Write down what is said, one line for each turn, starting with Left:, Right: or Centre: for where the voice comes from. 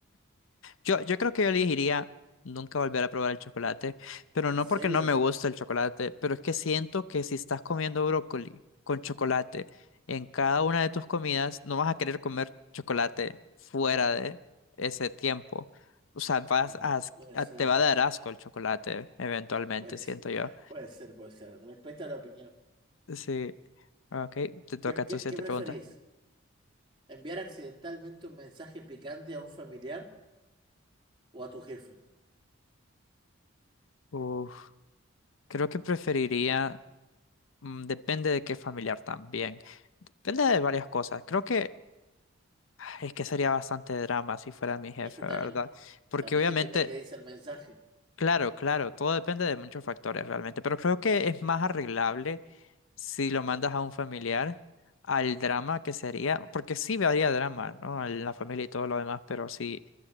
Left: Yo, yo creo que yo elegiría nunca volver a probar el chocolate, pero
Right: ¿En
Left: no
Right: serio?
Left: porque no me gusta el chocolate, pero es que siento que si estás comiendo brócoli con chocolate en cada una de tus comidas, no vas a querer comer chocolate fuera de ese tiempo. O sea, vas
Right: Bueno,
Left: a, as-
Right: puede
Left: a-
Right: ser.
Left: te va a dar asco el chocolate eventualmente,
Right: Pues,
Left: siento yo.
Right: puede ser, puede ser. Respeto a la opinión.
Left: Sí. Ok, te toca
Right: ¿Qué, qué,
Left: tu siguiente
Right: qué preferís?
Left: pregunta.
Right: ¿Enviar accidentalmente un mensaje picante a un familiar? o a tu jefe.
Left: Uf, creo que preferiría, mm, depende de qué familiar también. Depende de varias cosas. Creo que Es que sería bastante drama si fuera mi jefe,
Right: Es que también,
Left: ¿verdad? Porque
Right: también
Left: obviamente,
Right: depende de qué dice el mensaje.
Left: claro, claro, todo depende de muchos factores realmente, pero creo que es más arreglable si lo mandas a un familiar al drama que sería, porque sí habría drama, ¿no? En la familia y todo lo demás, pero si,